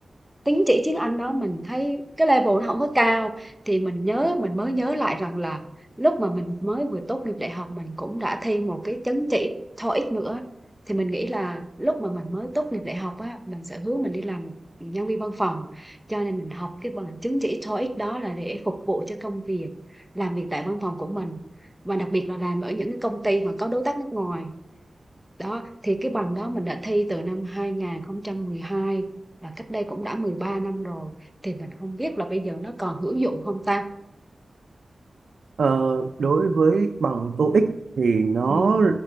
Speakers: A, in the centre; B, on the right.
A: tín chỉ tiếng Anh đó mình thấy cái level nó không có cao thì mình nhớ mình mới nhớ lại rằng là lúc mà mình mới vừa tốt nghiệp đại học mình cũng đã thi một cái chứng chỉ TOEIC nữa thì mình nghĩ là lúc mà mình mới tốt nghiệp đại học á mình sẽ hướng mình đi làm một nhân viên văn phòng cho nên mình học cái bằng chứng chỉ TOEIC đó là để phục vụ cho công việc làm việc tại văn phòng của mình và đặc biệt là làm ở những cái công ty mà có đối tác nước ngoài đó thì cái bằng đó mình đã thi từ năm 2012 và cách đây cũng đã 13 năm rồi thì mình không biết là bây giờ nó còn hữu dụng không ta
B: Ờ, đối với bằng TOEIC thì nó
A: ừ.